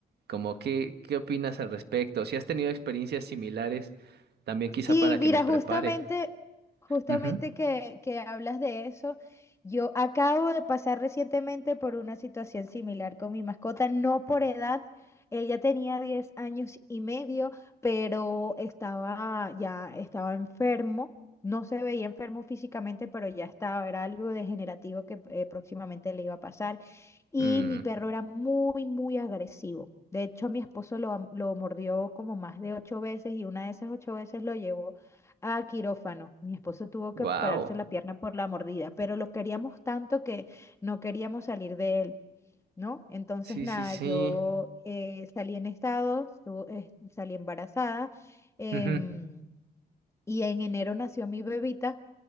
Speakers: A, on the right; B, on the left.
A: como qué, qué opinas al respecto. Si has tenido experiencias similares, también quizá
B: Sí,
A: para que
B: mira,
A: me prepare.
B: justamente, justamente
A: Ujú.
B: que, que hablas de eso, yo acabo de pasar recientemente por una situación similar con mi mascota, no por edad, él ya tenía 10 años y medio, pero estaba ya estaba enfermo, no se veía enfermo físicamente, pero ya estaba, era algo degenerativo que eh, próximamente le iba a pasar. Y
A: Mm,
B: mi perro era muy, muy agresivo. De hecho, mi esposo lo, am- lo mordió como más de ocho veces y una de esas ocho veces lo llevó a quirófano. Mi esposo tuvo
A: wow.
B: que operarse la pierna por la mordida, pero lo queríamos tanto que no queríamos salir de él, ¿no? Entonces,
A: Sí,
B: nada,
A: sí, sí.
B: yo eh, salí en estado, estu- eh, salí embarazada em,
A: Ujú.
B: y en enero nació mi bebita